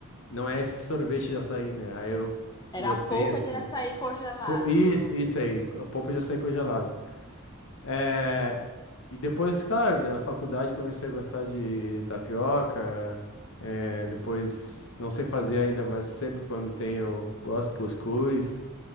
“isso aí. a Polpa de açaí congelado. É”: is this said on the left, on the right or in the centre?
Left